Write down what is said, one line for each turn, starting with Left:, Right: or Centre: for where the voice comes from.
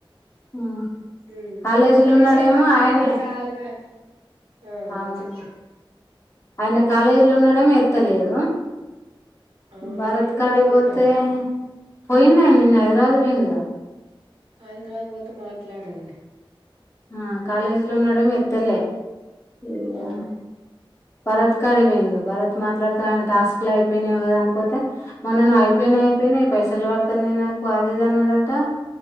Left: ఉమ్,
Right: మ్మ్
Left: కాలేజీలో
Right: ఒక్క నిమిషం
Left: ఉన్నాడేమో
Right: మాట్లాడిన
Left: ఆయనే
Right: చాలుగాని ఆ
Left: అవును
Right: చెప్పు
Left: ఆయన కాలేజీలో ఉన్నడేమో ఎత్తలేదు
Right: ఆ
Left: భరత్
Right: లేడుగా
Left: కాడికి
Right: ఇప్పుడు
Left: పోతే
Right: కూడా
Left: పోయిన్నా నిన్న హైదరావది పోయిందిగా
Right: హైదరాబాద్ పోతే మాట్లాడల్ లే
Left: ఆ కాలేజీ లో ఉన్నాడు మీ తెల్లే ల
Right: ఆ
Left: భరత్ కడివెందు భరత్ మాట్లాడు పైన టాస్క్ లు అయిపోయినాయా కదా అనిపోతే మనను అయిపోయినయి అయిపోయినయి పైసలు పడుతాన్నాయి నాకు అది ఇది అన్నది దట